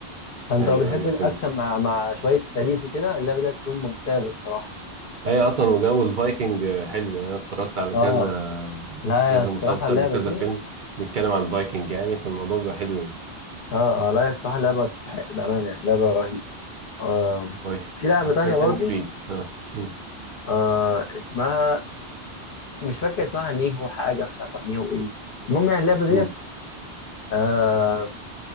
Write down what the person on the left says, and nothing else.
فانت
لو بتحب
الاكشن
مع مع شويه تاريخ وكده اللعبه دي هتكون ممتازه الصراحه
اه
لا
يا الصراحه
اللعبه
دي
اه, آه لا يا الصراحه اللعبه تستحق بامانه يعني لعبه رهيبه آه
في لعبه
تانية برضو
آه اسمها مش فاكر اسمها نيهو حاجه مش عارفه نيهو ايه المهم يعني اللعبه ديت
آه